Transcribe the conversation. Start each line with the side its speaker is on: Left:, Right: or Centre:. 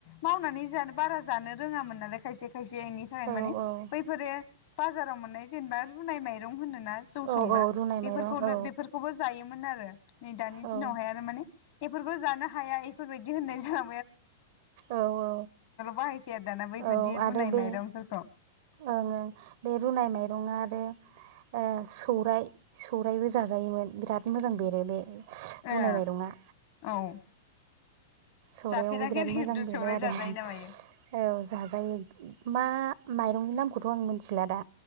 Left: मावनानै जानो बारा नो रोङामोन नालाय खायसे खायसेनि थाखायनो
Right: औ
Left: माने
Right: औ
Left: बैफोरो बाजाराव मोननाय जेनेबा रु नाय माइरं होनो ना जौ
Right: औ
Left: संग्रा
Right: औ रुनाय
Left: बेफोरखौनो
Right: माइरं औ
Left: बेफोरखौबो जायोमोन मोन आरो। नै दानि
Right: औ
Left: दिनावहाय आरो माने बेफोरखौ जानो हाया इफोरबायदि होननाय जा
Right: औ औ
Left: बाहायसै आरो दाना बैफोरदि
Right: औ
Left: रुनाय
Right: आरो बे
Left: माइरंफोरखौ
Right: ओं ओं बे रुनाय माइरंआ आरो ओ सौराय सौरायबो जाजायोमोन बिराद मोजां बेरो बे। स रुनाय
Left: ओ
Right: माइरंआ।
Left: औ
Right: सौरयावबो
Left: जाफेराखै
Right: बिराद
Left: खिन्थु
Right: मोजां बेरो
Left: सौराय
Right: आरो
Left: जाजायो
Right: <unintelligible>
Left: ना मायो
Right: औ जाजायो मा माइ रंनि नामखौथ' आं मोनथिला दा।